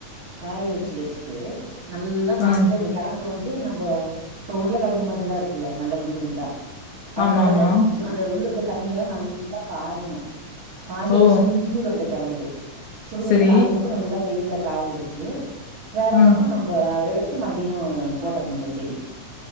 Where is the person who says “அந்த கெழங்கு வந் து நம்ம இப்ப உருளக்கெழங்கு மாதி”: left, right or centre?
Right